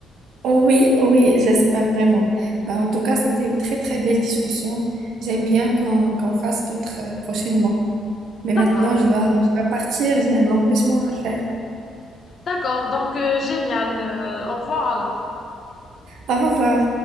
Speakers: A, on the right; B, on the left.
A: Oh oui, oh oui, j'espère vraiment. Bah, en tout cas, c'était une très très belle discussion. J'aime bien qu'on qu'on fasse d'autres euh, prochainement. Mais
B: D'accord,
A: maintenant, je dois, je dois partir, j'ai un empêchement à faire.
B: d'accord. Donc, euh, génial. Euh, au revoir alors.
A: Au revoir.